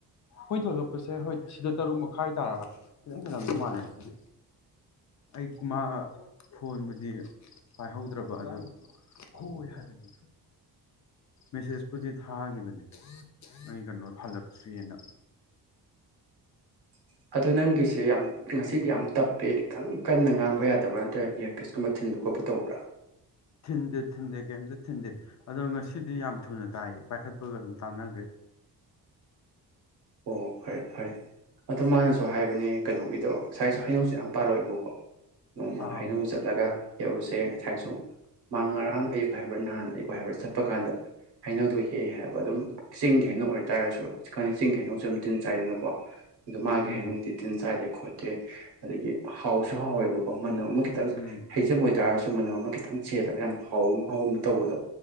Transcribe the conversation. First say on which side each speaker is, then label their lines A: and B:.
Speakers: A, on the left (about 45°); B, on the right (about 75°).
A: ꯍꯣꯏ ꯊꯣꯛꯂꯛꯄꯁꯦ ꯍꯣꯏ ꯁꯤꯗ ꯇꯔꯨꯛ ꯃꯈꯥꯏ ꯇꯥꯔ ꯐꯈꯤꯖꯪ ꯈꯖꯂꯝꯗ ꯃꯥꯜꯂꯦ ꯁꯤꯗꯤ ꯑꯩ ꯃꯥ ꯐꯣꯟꯕꯨꯗꯤ ꯄꯥꯏꯍꯧꯗ꯭ꯔꯕ ꯑꯗꯨ ꯍꯣꯏ ꯍꯥꯏꯕꯅꯤ ꯃꯦꯁꯦꯖꯄꯨꯗꯤ ꯊꯥꯈꯤꯕꯅꯤ ꯑꯩ ꯀꯩꯅꯣꯗ ꯍꯜꯂꯛꯇ꯭ꯔꯤꯦꯑꯅ
B: <unintelligible> ꯑꯗꯣ ꯅꯪꯒꯤꯁꯦ ꯌꯥꯝ ꯉꯁꯤꯗꯤ ꯌꯥꯝ ꯇꯞꯄꯦ ꯈꯤꯇꯪ ꯀꯟꯅ ꯉꯥꯡꯕ ꯌꯥꯗꯕ꯭ꯔꯥ ꯅꯠꯇ꯭ꯔꯒ ꯏꯌꯥꯔꯄꯤꯁꯀꯨꯝꯕ ꯊꯤꯟꯕ ꯈꯣꯠꯄ ꯇꯧꯕ꯭ꯔꯥ
A: ꯊꯤꯟꯗꯦ ꯊꯤꯟꯗꯦ ꯀꯩꯝꯇ ꯊꯤꯟꯗꯦ ꯑꯗꯣ ꯉꯁꯤꯗꯤ ꯌꯥꯝ ꯊꯨꯅ ꯇꯥꯏꯌꯦ ꯄꯥꯏꯈꯠꯄꯒ ꯑꯗꯨꯝ ꯇꯥꯟꯅꯈ꯭ꯔꯦ
B: ꯑꯣ ꯐꯔꯦ ꯐꯔꯦ ꯑꯗꯨꯣ ꯃꯥꯅꯁꯨ ꯍꯥꯏꯕꯅꯦ ꯀꯩꯅꯣꯒꯤꯗꯣ ꯉꯁꯥꯏꯁꯨ ꯍꯩꯅꯧꯁꯨ ꯌꯥꯝ ꯄꯥꯜꯂꯛꯑꯦꯕꯀꯣ ꯅꯣꯡꯃ
A: ꯑꯥ
B: ꯍꯩꯅꯧ ꯆꯠꯂꯒ ꯍꯦꯛꯎꯁꯦ ꯉꯁꯥꯏꯁꯨ ꯃꯥꯡ ꯉꯔꯥꯡ ꯑꯌꯨꯛ ꯍꯥꯏꯕ꯭ꯔꯥ ꯅꯍꯥꯟ ꯑꯌꯨꯛ ꯍꯥꯏꯕ꯭ꯔꯥ ꯆꯠꯄ ꯀꯥꯟꯗ ꯍꯩꯅꯧꯗꯨꯣ ꯍꯦꯛꯦ ꯍꯥꯏꯕ ꯑꯗꯨꯝ ꯆꯤꯡꯒꯤ ꯍꯩꯅꯧ ꯑꯣꯏꯇꯥꯔꯁꯨ ꯍꯧꯖꯤꯛ ꯆꯤꯡ ꯀꯩꯅꯣꯁꯨ ꯑꯗꯨꯝ ꯇꯤꯟ ꯆꯥꯏꯗꯅꯀꯣ ꯑꯗꯨ ꯃꯥ ꯀꯩ
A: ꯎꯝ
B: ꯍꯥꯏꯅꯨꯡꯒꯤꯗꯤ ꯇꯤꯟ ꯆꯥꯗꯦ ꯈꯣꯠꯇꯦ ꯑꯗꯒꯤ ꯍꯥꯎꯁꯨ ꯍꯥꯎꯋꯦꯕꯀꯣ ꯃꯅꯝ ꯑꯃ ꯈꯤꯇꯪ
A: ꯎꯝ
B: ꯍꯩꯖꯝ ꯑꯣꯏꯇꯥꯔꯁꯨ ꯃꯅꯝ ꯑꯃ ꯈꯤꯇꯪ ꯆꯦꯜꯂꯒ ꯌꯥꯝ ꯍꯥꯎ ꯍꯥꯎ ꯑꯃ ꯇꯧꯕꯗꯣ